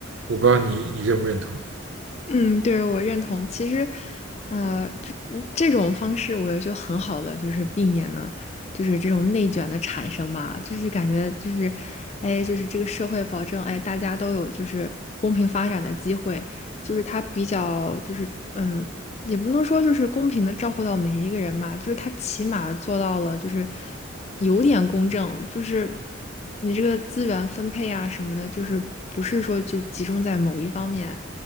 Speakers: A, on the right (about 70°); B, on the left (about 35°).
A: 我不知道你你认不认同。
B: 嗯，对，我认同。其实，呃，这这种方式，我觉得就很好的，就是避免了，就是这种内卷的产生吧。就是感觉就是，哎，就是这个社会保证，哎，大家都有就是公平发展的机会，就是它比较就是嗯也不能说就是公平的照顾到每一个人吧，就是他起码做到了，就是有点公正，就是你这个资源分配啊什么的，就是不是说就集中在某一方面